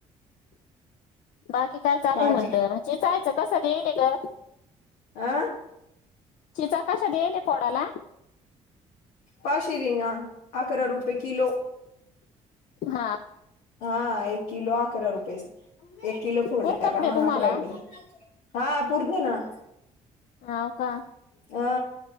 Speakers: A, on the left; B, on the left.
A: बाकी काय चालेल
B: भाजी
A: म्हणलं? चेचायचं कसं केलंय ग?
B: अ
A: चिचा कशा दियेले फोडाला?
B: पाशिरीन ना? अकरा रुपये किलो.
A: हं.
B: हा, एक किलो अकरा रुपये एक किलो फोडले
A: पुरता
B: का?
A: ते
B: मग
A: तुम्हाला
B: अकरा रुपये दे. हा पुरतीय नां.
A: हाव का?
B: हा